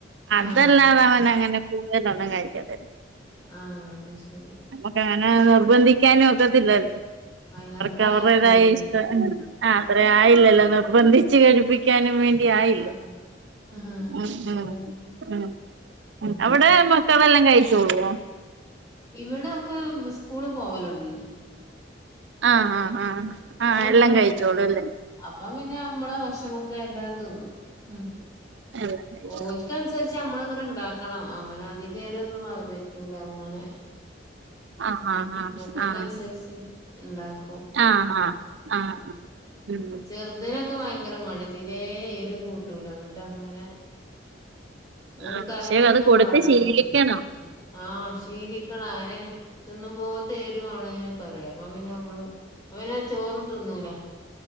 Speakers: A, on the right; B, on the left.
A: അതല്ലാതെ
B: ആഹ്
A: അവൻ അങ്ങനെ കൂടുതലൊന്നും കഴിക്കത്തില്ല
B: ആഹ് അഹ്ശരി
A: ക്ക് അങ്ങനെ നിർബന്ധിക്കാൻ ഒക്കത്തില്ലല്ലോ
B: അയിനാത്ര
A: അവർക്ക് അവർതായി
B: ആയില്ലല്ലോല്ലേ
A: ഇഷ്ടം ഉം ആ അത്ര ആയില്ലല്ല നോ ച്ച് കഴിപ്പിക്കാനും വേണ്ടി ആയില്ല.
B: ആഹ് ആഹ്
A: ഉം ഉം
B: അതാണ്
A: ഉം ഉം
B: ആഹ്
A: അവിടെ മക്കളെല്ലാം കഴിച്ചോളോ
B: ഇവിടെ ഒക്കെ സ്കൂള് പോവലോടങ്ങീണ്
A: ആഹ് ആഹ് ആഹ് ആഹ് എല്ലാം
B: പോണ
A: കഴിച്ചോടുല്ലേ?
B: മക്കളാ അപ്പം പിന്നെ അമ്മളെ ഭക്ഷണൊക്കെ എല്ലാം തിന്നും. ഉം
A: ആഹ് എല്ലാം കഴിച്ചോളും
B: ഓൽക്കൻസരിച്ച് നമ്മള് അങ്ങനെണ്ടാക്കണം. അങ്ങനെ അദികേരം ഒന്നും പറ്റൂല അങ്ങനെ
A: ആഹ് ആഹ് ആഹ്
B: മക്കക്ക്
A: ആഹ്
B: അനുസരിച്ചെയ് ഉണ്ടാക്കും.
A: ആഹ് ആഹ് ആഹ് ആഹ് ഉം
B: ചെറ്തിനൊക്കെ ഭയങ്കര മട്യാ തീരെ എരു കൂട്ടൂല ഇന്നിട്ട് അങ്ങ നെ ഒരു
A: ആഹ്
B: കറ്യൊന്നും
A: പക്ഷെ അത് കൊടുത്ത്
B: പാരാൻ
A: ശീലിക്കണം
B: <inaudible> ആഹ് ശീലിക്കണ് അങ്ങനെ തിന്നും പോത്തെരുവാണ് പറയും അപ്പൊ പിന്നെ ഞമ്മള് അപ്പന്നെചോറും തിന്നൂല.